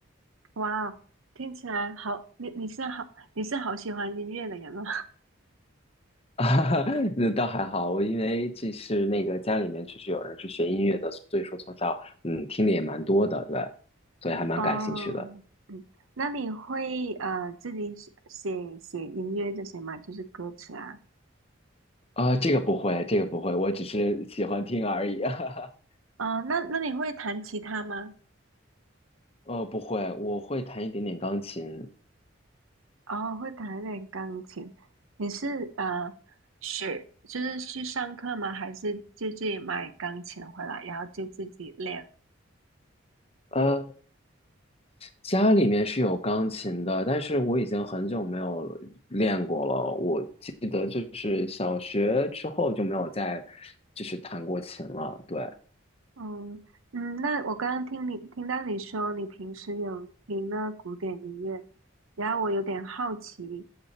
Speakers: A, on the right (about 80°); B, on the left (about 30°).
A: 哇哦听起来好，你你是好，你是好喜欢音乐的人哦。
B: 啊 <laughs> 那倒还好，我因为这是那个家里面确实有人是学音乐的，所以说从小嗯听的也蛮多的，对，所以还蛮感兴趣的。
A: <laughs> 哦，嗯，那你会呃自己写写写音乐这些吗？就是歌词啊。
B: 啊、这个不会，这个不会，我只是喜欢听而已。<laughs>
A: 哦，那那你会弹吉他吗？
B: 呃，不会，我会弹一点点钢琴。
A: 哦，会弹一点钢琴。你是呃学就是去上课吗？还是就自己买钢琴回来，然后就自己练？
B: 呃，家里面是有钢琴的，但是我已经很久没有练过了。我记得就是小学之后就没有再就是弹过琴了。对，
A: 嗯嗯，那我刚刚听你听到你说你平时有听那古典音乐，然后我有点好奇，